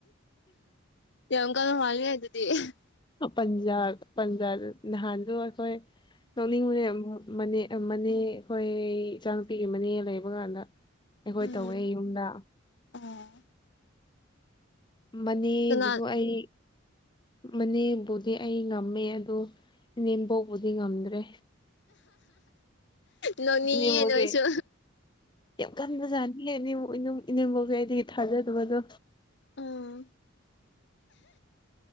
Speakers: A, on the left; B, on the left.
A: ꯌꯥꯝ ꯀꯟꯅ <unintelligible>
B: ꯄꯟꯖꯥ ꯄꯟꯖꯥ ꯅꯍꯥꯟꯗꯨ ꯑꯩꯈꯣꯏ ꯅꯣꯛꯅꯤꯡꯕꯅꯦ ꯑꯃꯨꯅꯦ ꯃꯅꯦ ꯑꯩꯈꯣꯏ ꯏꯆꯥ ꯅꯨꯄꯤꯒꯤ ꯃꯅꯦ ꯂꯩꯕ ꯀꯥꯟꯗ ꯑꯩꯈꯣꯏ
A: ꯎꯝ
B: ꯇꯧꯋꯦ ꯌꯨꯝꯗ
A: ꯑꯣ
B: ꯃꯅꯦꯕꯨꯁꯨ
A: ꯀꯅꯥ
B: ꯑꯩ ꯃꯅꯦꯕꯨꯗꯤ ꯑꯩ ꯉꯝꯃꯦ ꯑꯗꯨ ꯏꯅꯦꯝꯕꯕꯨꯗꯤ ꯉꯝꯗ꯭ꯔꯦ
A: ꯅꯣꯡꯅꯤꯌꯦ
B: ꯏꯅꯦꯝꯕꯣꯛꯁꯦ
A: ꯅꯣꯏꯁꯨ
B: ꯌꯥꯝ ꯀꯟꯕꯖꯥꯅꯤ ꯏ ꯏꯅꯤꯡꯐꯧꯒꯤ ꯑꯩꯗꯒꯤ ꯊꯥꯖꯗꯕꯗꯣ
A: ꯎꯝ